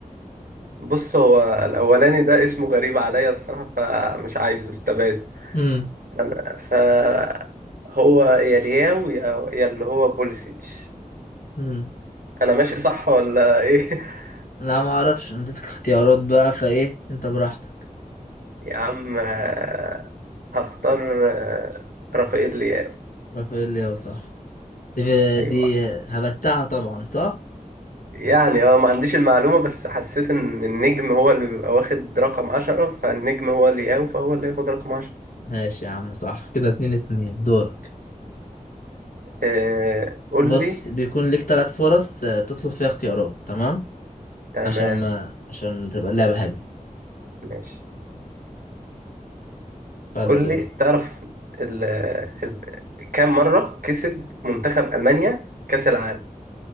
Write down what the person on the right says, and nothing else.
بص هو الأولاني ده اسمه غريب عليا الصراحة فمش عايزه استبعد
أنا فهو يا لياو يا يا اللي هو بوليسيتش
أنا ماشي صح ولا إيه؟ <laughs>
يا عم آه، هختار آه، رافائيل لياو
ايوه
يعني اه ما عنديش المعلومة بس حسيت ان النجم هو اللي بيبقى واخد رقم عشرة فالنجم هو اللي ياو فهو اللي ياخد رقم عشرة
آه قول
لي
تمام
ماشي
قول
لي تعرف ال... ال... كم مرة كسب منتخب ألمانيا كأس العالم